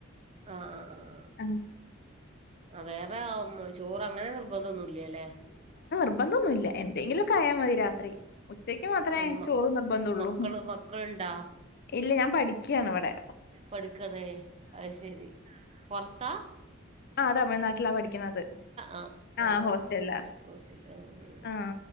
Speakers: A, on the right; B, on the left.
A: ആ ആ ആ
B: ആ
A: അ വേറെ <unintelligible> ചോറ് അങ്ങനെ നിർബന്ധോന്നുല്ലലേ.
B: നിർബന്ധോന്നുല്ല എന്തെങ്കിലൊക്കെ ആയാ മതി രാത്രി. ഉച്ചക്ക് മാത്രേ
A: ആഹ് മ
B: ചോറ് നിർബന്ധോള്ളൂ,
A: മക്കള് മക്കള്ണ്ടാ
B: ഇല്ല ഞാൻ പഠിക്കയാണ് അവടെ.
A: പഠിക്കണേ അത് ശെരി. പൊർത്താ
B: ആ തമിഴ്നാട് ട്ടില്ല പഠിക്കുന്നത്
A: ആഹ്
B: ആ
A: ആഹ്
B: ഹോസ്റ്റലാ
A: ശരി ഹോസ്റ്റലില് ആഹ്
B: ആ